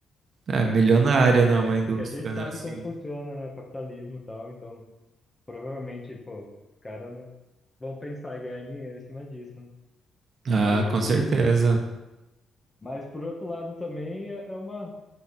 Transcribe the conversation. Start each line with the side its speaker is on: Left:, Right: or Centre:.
Right: é milionária,
Left: Porque,
Right: né, uma indústria,
Left: porque a gente sabe
Right: né, assim.
Left: como funciona, né, o capitalismo e tal, então provavelmente, pô, os caras não vão pensar em ganhar dinheiro em cima disso, né?
Right: Ah,
Left: E,
Right: com certeza.
Left: mas por outro lado também é, é uma,